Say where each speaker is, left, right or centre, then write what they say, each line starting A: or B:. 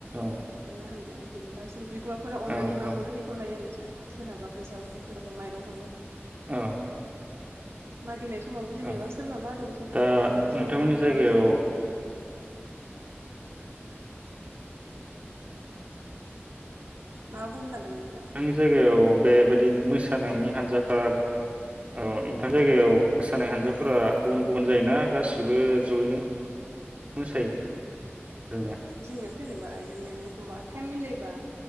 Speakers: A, on the right; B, on the right.
A: औ
B: ओमफाय मा होनो जेनेबास बिगुमाफोरा
A: औ
B: अननानै माहरो
A: औ
B: बेखौनो लायो आरो सोरहाबा फैसा हरो सोरहाबा माइरं हरो
A: औ
B: मागिनायस समावबो जेनेबा
A: औ
B: सोरनाव मा दं सोरहाबा
A: दा
B: जेनेबा जौ
A: नोंथांमोननि
B: लोंग्राफोर
A: जायगायाव
B: थाबा जौ माबा बुंनो सानदोंमोन नोंथाङा
A: आंनि जायगायाव बेबायदि मोसानायनि हानजाफ्रा औ नोंथां जायगायाव मोसानाय हानजाफोरा गुबुन गुबुन जायोना गासिबो जयैनो मोसायो <unintelligible>
B: जोंनासो जेनेबा इदिनो एखमबा टाइम मिलायबा